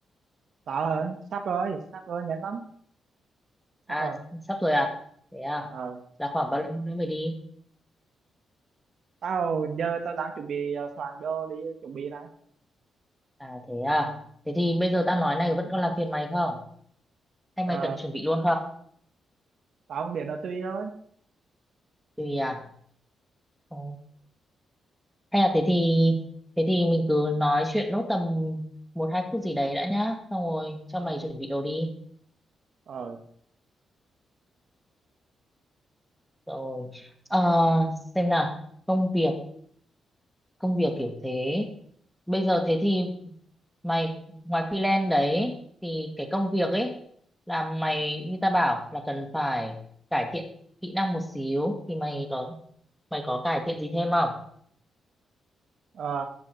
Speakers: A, on the right (about 70°); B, in the centre.
A: tao hả sắp rồi sắp rồi nhanh lắm
B: à
A: sắp rồi
B: sắp rồi à thế à
A: Ờ.
B: là khoảng bao lâu nữa mày đi
A: tao giờ tao đang chuẩn bị ờ, soạn đồ đi chuẩn bị này
B: à thế à thế thì bây giờ tao nói này vẫn còn làm phiền mày không Anh
A: ờ,
B: mày cần chuẩn bị luôn không?
A: tao không biết là tùy thôi
B: Tùy à? Ờ, Hay là thế thì thế thì mình cứ nói chuyện nốt tầm một hai phút gì đấy đã nhá. Xong rồi cho
A: ờ,
B: mày chuẩn bị đồ đi.
A: ờ,
B: Rồi Ờ, xem nào công việc công việc kiểu thế. Bây giờ thế thì mày ngoài freelance đấy thì cái công việc ấy là mày như ta bảo là cần phải cải thiện kỹ năng một xíu thì mày có mày có cải thiện gì thêm không?
A: ờ,